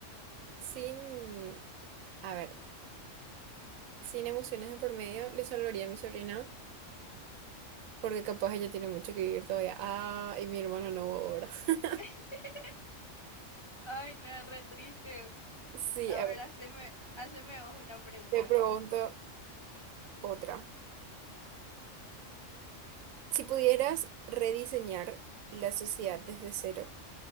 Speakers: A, on the right; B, on the left.
A: sin, a ver, sin emociones de por medio, le salvaría a mi sobrina, porque capaz ella tiene mucho que vivir todavía. Ah, y mi hermano no ahora. <laughs>
B: <laughs> Ay, no, re triste.
A: Sí,
B: A
A: a
B: ver,
A: ver,
B: haceme, haceme vos una pregunta.
A: te pregunto otra. Si pudieras rediseñar la sociedad desde cero,